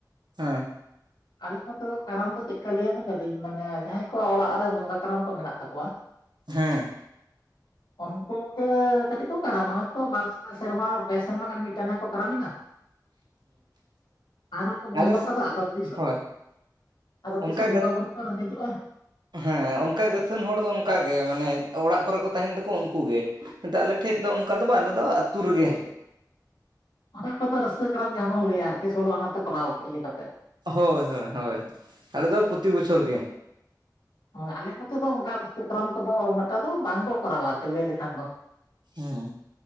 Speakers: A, on the right; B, on the left.
A: ᱦᱮᱸ᱾
B: ᱟᱞᱮ ᱢᱚᱛᱚ 'ᱠᱟᱨᱟᱢ' ᱫᱚ ᱪᱮᱜᱠᱟ ᱞᱟᱹᱭᱟ ᱢᱮ ᱛᱟᱞᱤᱧ ᱢᱟᱱᱮ ᱡᱟᱦᱟᱸᱭ ᱠᱚᱣᱟᱜ ᱚᱲᱟᱜ ᱨᱮ ᱵᱚᱸᱜᱟ 'ᱠᱟᱨᱟᱢ' ᱠᱚ ᱢᱮᱱᱟᱜ ᱛᱟᱠᱚᱣᱟ
A: ᱦᱮᱸ
B: ᱩᱱᱠᱩ ᱜᱮ ᱠᱟᱴᱤᱜ ᱠᱚ 'ᱠᱟᱨᱟᱢᱚᱜ' ᱚᱭ ᱛᱚ ᱵᱟᱨ ᱥᱮᱨᱢᱟ, ᱯᱮ ᱥᱮᱨᱢᱟ ᱜᱟᱱ ᱢᱤᱜᱴᱟᱱᱟ ᱠᱚ 'ᱠᱟᱨᱟᱢᱮ' ᱱᱟ, ᱟᱨᱚ ᱠᱚ ᱵᱚᱱᱫᱚ
A: ᱟᱞᱮ
B: ᱠᱟᱫᱟ ᱟᱫᱚ ᱛᱤᱥᱚᱜ
A: ᱦᱳᱭ
B: ᱟᱫᱚ ᱛᱤᱥᱚᱜ
A: ᱚᱱᱠᱟ
B: ᱵᱚᱸᱜᱟ-ᱵᱩᱨᱩ
A: ᱜᱮ
B: ᱠᱚ ᱨᱮᱸᱜᱮᱡᱚᱜᱼᱟ?
A: ᱦᱮᱸ, ᱚᱱᱠᱟ ᱜᱟᱹ ᱟᱹᱛᱷᱟᱹᱱ ᱦᱚᱲ ᱫᱚ ᱚᱱᱠᱟ ᱜᱮ, ᱢᱟᱱᱮ ᱚᱲᱟᱜ ᱠᱚᱨᱮ ᱠᱚ ᱛᱟᱦᱮᱱ ᱛᱟᱠᱚ ᱩᱱᱠᱩ ᱜᱮ᱾ ᱠᱤᱱᱛᱟᱹ ᱟᱞᱮ ᱴᱷᱮᱜ ᱫᱚ, ᱚᱱᱠᱟ ᱫᱚ ᱵᱟ ᱟᱞᱮ ᱫᱚ ᱟᱛᱩ ᱨᱮᱜᱮ᱾
B: <inaudible>
A: ᱦᱳᱭ-ᱦᱳᱭ, ᱦᱳᱭ, ᱟᱞᱮ ᱫᱚ ᱯᱚᱛᱤ ᱵᱚᱪᱷᱚᱨ ᱜᱮ᱾
B: ᱦᱳ, ᱟᱞᱮ ᱱᱚᱛᱮ ᱫᱚ ᱚᱝᱠᱟ ᱟᱹᱥᱠᱟᱹ 'ᱠᱟᱨᱟᱢ' ᱠᱚᱫᱚ ᱩᱱᱟᱹᱜᱴᱟ ᱫᱚ ᱵᱟᱝ ᱠᱚ ᱠᱚᱨᱟᱣᱟ ᱟᱨᱠᱤ ᱞᱟᱹᱭ ᱞᱮᱠᱷᱟᱱ ᱫᱚ᱾
A: ᱦᱩᱸ᱾